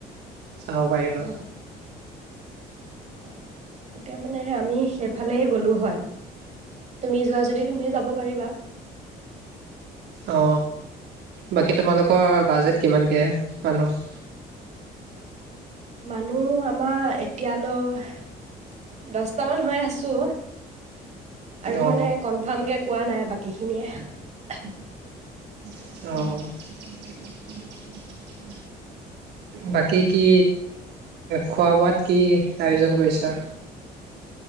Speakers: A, on the right; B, on the right.
A: চাব পাৰিবা
B: অহ অ ও তেতিয়া মানে আমি সেইফালে গ'লো হয় তুমি যোৱা যদি তুমি যাব পাৰিবা।
A: অ বাকী তোমালোক কোৱা বাজেট
B: উম।
A: কিমানকৈ মানুহ?
B: মানুহ আমাৰ এতিয়ালৈ দছটামান হৈ আছো। আৰু
A: অ
B: মানে কনফাৰ্ম কে কোৱা নাই বাকীখিনিয়ে।
A: অহহহ। বাকী কি খোৱা বোৱাত কি আয়োজন কৰিছা?